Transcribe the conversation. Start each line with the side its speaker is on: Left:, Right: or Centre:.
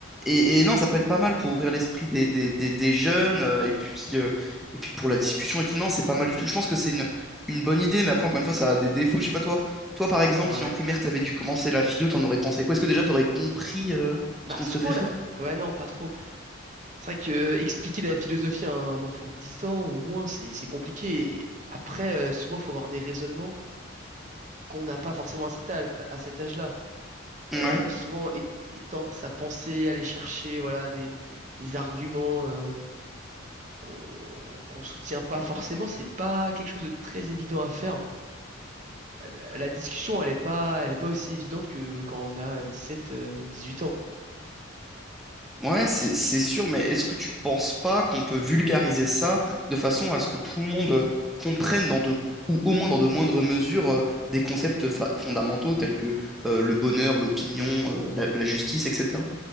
Centre: et, et non, ça peut être pas mal pour ouvrir l'esprit des, des, des, des jeunes, euh, et puis, euh, et puis pour la discussion et tout. Non, c'est pas mal du tout. Je pense que c'est une, une bonne idée, mais après, encore une fois, ça a des défauts. Je sais pas, toi, toi par exemple,
Right: Ouais.
Centre: si en primaire t'avais dû commencer la philo, t'en aurais pensé quoi? Est-ce que déjà t'aurais compris euh,
Right: Bah
Centre: ce qu'on
Right: souvent
Centre: te faisait faire?
Right: la... ouais non pas trop. C'est vrai que euh, expliquer la philosophie à un enfant de 10 ans, au moins, c'est c'est compliqué. Et Après, euh, souvent, faut avoir des raisonnements qu'on n'a pas forcément à cet âge, à à cet âge-là.
Centre: Ouais.
Right: Euh, souvent, é- étendre sa pensée, aller chercher, voilà, des, des arguments euh, qu'on qu'on soutient pas forcément, c'est pas quelque chose de très évident à faire. Euh, La discussion, elle est pas, elle est pas aussi évidente que quand on a 17 euh, ou 18 ans.
Centre: Ouais, c'est c'est sûr, mais est-ce que tu penses pas qu'on peut vulgariser ça de façon à ce que tout le monde euh, comprenne dans de, ou au moins dans de moindres mesures euh, des concepts fa- fondamentaux tels que euh, le bonheur, l'opinion, euh, la, la justice, etc.